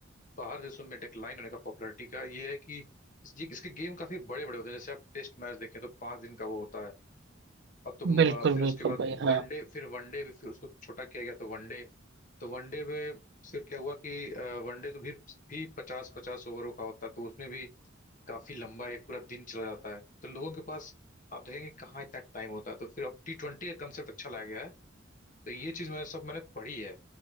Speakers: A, on the left; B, on the right.
A: बाहर देशों में डिक्लाइन होने का पॉपुलैरिटी का ये है कि इस- ये इसके गेम काफी बड़े बड़े होते हैं जैसे आप टेस्ट मैच देखें तो पांच दिन का वो होता है अब तुम
B: बिल्कुल
A: अ, फिर उसके
B: बिल्कुल
A: बाद
B: भाई हाँ
A: वनडे फिर वनडे भी फिर उसको छोटा किया गया तो वनडे तो वनडे में फिर क्या हुआ कि वनडे तो फिर भी पचास पचास ओवरों का होता है तो उसमें भी काफी लंबा एक पूरा दिन चला जाता है तो लोगों के पास आप देखेंगे कहाँ इतना टाइम होता है तो फिर अब टी ट्वेंटी का कंसेप्ट अच्छा लाया गया है तो ये चीज मैंने सब मैंने पढ़ी है